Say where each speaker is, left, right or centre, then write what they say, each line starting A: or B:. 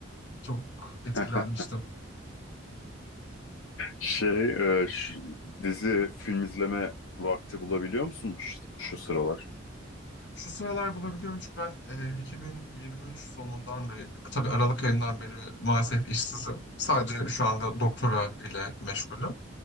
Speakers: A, on the left; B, on the left.
A: Çok etkilenmiştim.
B: hı. <laughs> Şey, e, şu dizi film izleme vakti bulabiliyor musun şu, şu sıralar?
A: Şu sıralar bulabiliyorum çünkü ben e, 2023 sonundan beri, tabii Aralık ayından beri maalesef işsizim. Sadece şu anda doktora ile meşgulüm.